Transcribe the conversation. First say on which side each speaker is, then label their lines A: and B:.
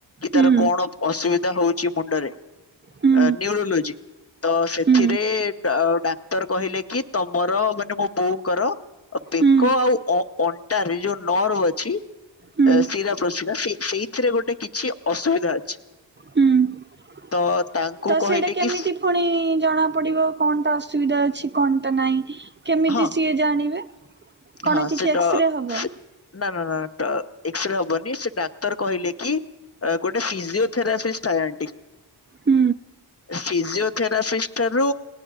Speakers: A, on the left; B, on the right.
A: କି
B: ହୁଁ
A: ତାର କଣ ଅସୁବିଧା ହଉଛି ମୁଣ୍ଡରେ
B: ହୁଁ
A: ନ୍ୟୁରୋଲୋଜି। ତ ସେଥିରେ
B: ହୁଁ
A: ଡାକ୍ତର କହିଲେ କି ତମର ମାନେ ମୋ ବୋଉଙ୍କର ବେକ
B: ହୁଁ
A: ଆଉ ଅ ଅନ୍ ରେ ଯୋଉ ନର୍ଭ ଅଛି
B: ହୁଁ
A: ଶିରା ପ୍ରସିରା ସେ ସେଇ ଏଥିରେ ଗୋଟେ କିଛି ଅସୁବିଧା ଅଛି।
B: ହୁଁ
A: ତ ତାଙ୍କୁ
B: ତ
A: କହିଲେ
B: ସେଇଟା କେମିତି
A: କି
B: ପୁଣି ଜଣା ପଡିବ କଣ ଟା ଅସୁବିଧା ଅଛି କଣଟା ନାହିଁ କେମିତି
A: ହଁ
B: ସିଏ ଜାଣିବେ କଣ
A: ହଁ
B: କିଛି
A: ସେ
B: ଏକ୍ସରେ
A: ଡ
B: ହେବ।
A: ସେ ନା ନା ନା ଏକ୍ସରେ ହବନି ସେ ଡାକ୍ତର କହିଲେ କି ଗୋଟେ ଫିଜିଓଥେରାପିଷ୍ଟ ଥାଏ ଆଣ୍ଟି
B: ହୁଁ।
A: ଫିଜିଓଥେରାପିଷ୍ଟ ଠାରୁ